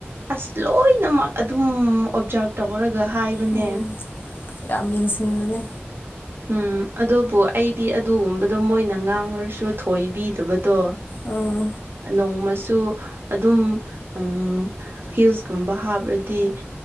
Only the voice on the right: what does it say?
ꯑꯁ ꯂꯣꯏꯅꯃꯛ ꯑꯗꯨꯝ ꯑꯣꯞꯖꯥꯔꯞ ꯇꯧꯔꯒ ꯍꯥꯏꯕꯅꯦ
ꯎꯝ ꯑꯗꯨꯕꯨ ꯑꯩꯗꯤ ꯑꯗꯨꯒꯨꯝꯕꯗꯣ ꯃꯣꯏꯅ ꯉꯥꯡꯉꯨꯔꯁꯨ ꯊꯣꯏꯕꯤꯗꯕꯗꯣ
ꯅꯣꯡꯃꯁ ꯁꯨ ꯑꯗꯨꯝ ꯎꯝ ꯍꯤꯜꯁꯀꯨꯝꯕ ꯍꯥꯞꯔꯗꯤ